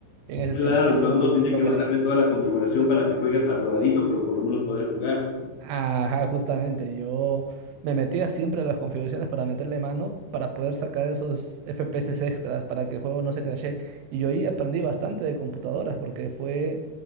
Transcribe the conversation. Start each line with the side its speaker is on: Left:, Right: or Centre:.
Right: En ese
Left: Claro,
Right: tiempo, yo
Left: cuando uno tenía
Right: logré.
Left: que bajarle toda la configuración para que juegue atoradito, pero por lo menos poder jugar.
Right: Ajá, justamente, yo me metía siempre a las configuraciones para meterle mano, para poder sacar esos FPS extras, para que el juego no se crashe. Y yo ahí aprendí bastante de computadoras, porque fue